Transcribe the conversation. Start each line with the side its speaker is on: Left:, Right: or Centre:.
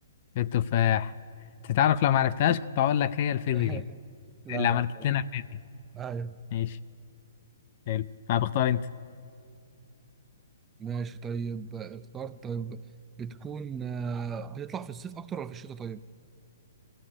Left: التفاح تتعرف لو معرفتهاش كنت اقول لك هي الفيزياء
Right: <laughs> لا
Left: اللي عملت
Right: لا
Left: لنا الفيزياء
Right: ايوه
Left: ماشي حلو طب اختار انت
Right: ماشي طيب آه، اخترت طيب بتكون آه، بتطلع في الصيف اكتر ولا في الشتاء طيب